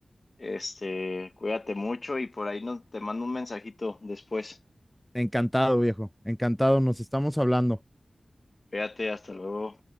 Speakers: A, on the left; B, in the centre.
A: este, cuídate mucho y por ahí no, te mando un mensajito después.
B: Encantado, viejo. Encantado. Nos estamos hablando.
A: Cuídate, hasta luego.